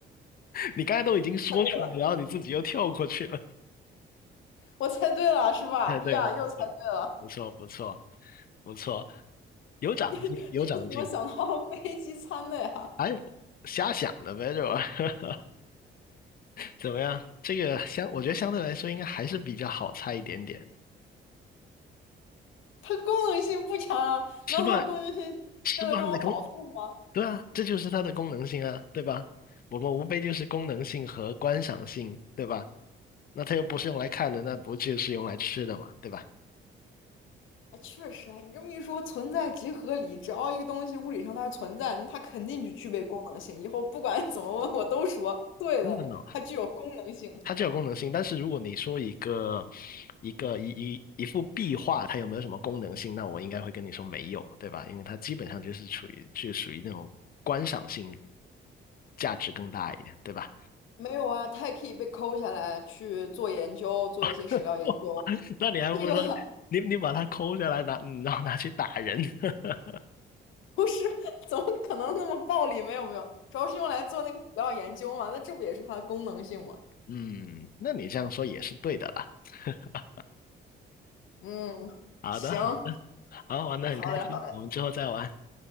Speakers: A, on the left; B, on the left.
A: 你刚才都已经说出来，
B: <laughs>
A: 然后你自己又跳过去了。
B: 我猜对了，是吧？
A: <laughs> 太对对对了不错，
B: 呀，又猜对了。
A: 不错，不错，有长进，
B: <laughs> 你你是怎么想到飞机餐的呀？
A: 有长进。哎，瞎想的呗，就 <laughs> 怎么样？这个相，我觉得相对来说应该还是比较好猜一点点。
B: 它功能性不强啊，
A: 吃饭，
B: 难道它功能性
A: 吃饭的功，
B: 为了让我饱腹吗？
A: 对啊，这就是它的功能性啊，对吧？我们无非就是功能性和观赏性，对吧？那它又不是用来看的，那不就是用来吃的嘛，对吧？
B: 哎，确实啊，你这么一说，存在即合理。只要一个东西物理上它是存在，那它肯定就具备功能性。以后不管 <laughs> 怎么问，我都说对的，
A: 真的呢，
B: 它具有功能性。
A: 它就有功能性，但是如果你说一个一个一一一幅壁画，它有没有什么功能性，那我应该会跟你说没有，对吧？因为它基本上就是处于就属于那种观赏性价值更大一点，对吧？
B: 没有啊，它也可以被抠下来去做研究，做一些史料研究。
A: <laughs> 那你还不如说你你把它抠下来拿，
B: 这个
A: 嗯然后拿去打人。<laughs>
B: <laughs> 不是，怎么可能那么暴力？没有没有，主要是用来做那个史料研究嘛。那这不也是它的功能性吗？
A: 嗯，那你这样说也是对的啦。<laughs>
B: 嗯，
A: 好的，
B: 行，
A: 好的，好，玩的很开心，
B: 好嘞，好嘞，
A: 我们之后再玩，